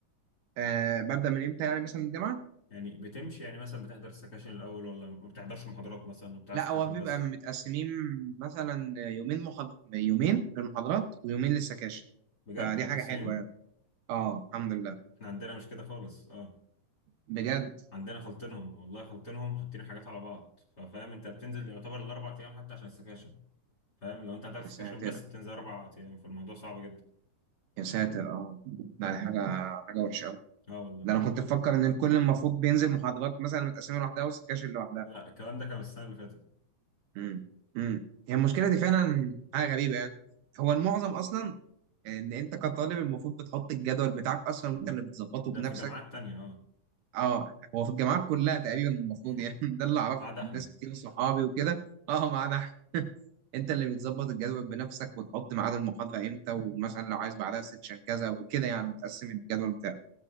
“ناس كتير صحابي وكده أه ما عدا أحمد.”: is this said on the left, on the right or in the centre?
Right